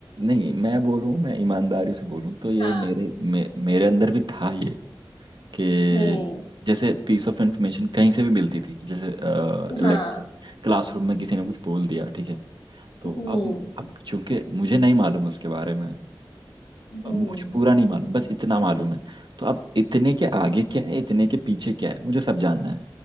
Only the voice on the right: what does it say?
नहीं मैं बोलूँ मैं ईमानदारी से बोलूँ तो ये
मेरे मे, मेरे अंदर भी था ये कि
जैसे पीस ऑफ इंफॉर्मेशन कहीं से भी मिलती थी कि जैसे
लेक्चर क्लासरूम में किसी ने कुछ बोल दिया ठीक है तो
अब अब चूंकि मुझे नहीं मालूम उसके बारे में
मुझे पूरा नहीं मालूम बस इतना मालूम है तो अब इतने के आगे क्या है इतने के पीछे क्या है मुझे सब जानना है